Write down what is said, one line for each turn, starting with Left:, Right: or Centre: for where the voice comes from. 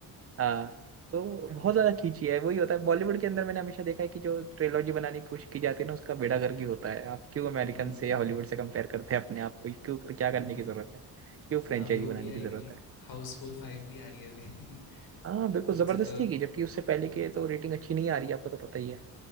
Right: हाँ तो
Left: हाँ,
Right: बहुत ज्यादा खींची है वही होता है बॉलीवुड के अंदर मैंने हमेशा देखा है कि जो ट्रिलॉजी बनाने की कोशिश की जाती है ना उसका बेड़ा गर्क ही होता है आप क्यों अमेरिकन
Left: हम्म
Right: से या हॉलीवुड से कंपेयर करते हैं अपने आप को क्यों क्या करने
Left: हम्म,
Right: की जरूरत है क्यों फ्रेंचाइजी
Left: हाँ, अभी वो
Right: बनाने
Left: भी आएगी
Right: की जरूरत है
Left: हाउसफुल फाइव भी आ रही है अभी
Right: हाँ
Left: <laughs>
Right: बिल्कुल
Left: मुझसे
Right: जबरदस्ती
Left: तो
Right: की जबकि उससे पहले के तो रेटिंग अच्छी नहीं आ रही आपको तो पता ही है